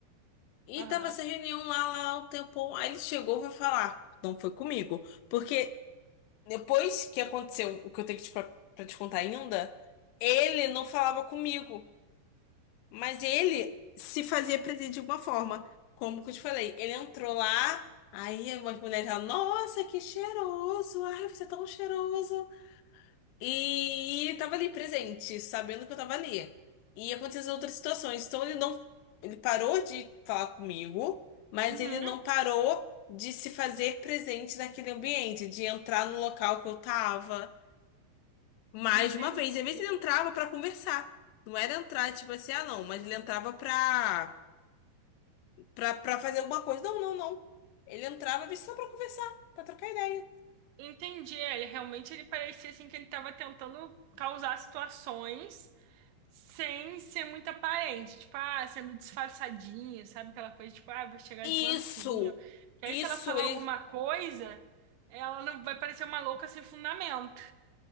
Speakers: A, on the left; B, on the right.
A: E
B: Aham.
A: tava essa reunião lá, lá um tempão. Aí ele chegou e foi falar. Não foi comigo. Porque depois que aconteceu o que eu tenho que te, pra, pra te contar ainda, ele não falava comigo. Mas ele se fazia presente de uma forma. Como que eu te falei? Ele entrou lá. Aí umas mulheres falaram, nossa, que cheiroso! Ai, você é tão cheiroso! E ele tava ali presente, sabendo que eu tava ali. E aconteceu as outras situações. Então ele não. Ele parou de falar comigo, mas
B: Uhum,
A: ele não parou de se fazer presente naquele ambiente, de entrar no local que eu tava. Mais
B: entendi.
A: de uma vez. E às vezes ele entrava pra conversar. Não era entrar, tipo assim, ah, não, mas ele entrava pra, pra, pra fazer alguma coisa. Não, não, não. Ele entrava às vezes, só pra conversar, pra trocar ideia.
B: Entendi. É, Ele realmente ele parecia assim que ele tava tentando causar situações. Sem ser muito aparente, tipo, ah, sendo disfarçadinho, sabe? Aquela coisa, tipo, ah, vou chegar
A: Isso!
B: de mansinho. Que
A: Isso,
B: aí, se ela falar
A: ele
B: alguma coisa, ela não vai parecer uma louca sem fundamento.